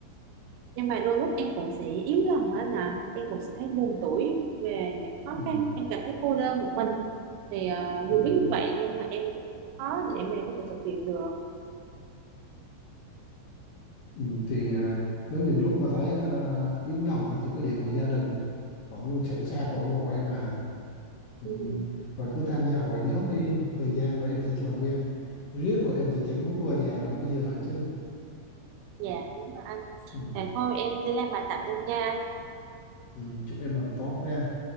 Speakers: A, on the right; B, on the left.
A: nhưng mà đôi lúc em cũng sẽ yếu lòng á nè em cũng sẽ thấy buồn tủi về những khó
B: ừ.
A: khăn em cảm thấy cô đơn một mình thì ờ, dù
B: Ừ.
A: biết như vậy nhưng mà em cũng khó để mà có thể thực hiện được
B: Ừ. thì à, nếu những lúc mà thấy à, yếu lòng á, thì cứ điện về gia đình vẫn luôn sẵn sàng và ủng hộ em mà ừ.
A: ừ,
B: rồi cứ tham gia hội nhóm đi một thời gian rồi em sẽ làm quen riết rồi em sẽ chẳng muốn về nhà nữa bây giờ hả chứ
A: dạ đúng rồi anh
B: ừ.
A: à, thôi em đi làm bài tập đây nha
B: Ừ. chúc em làm tốt nha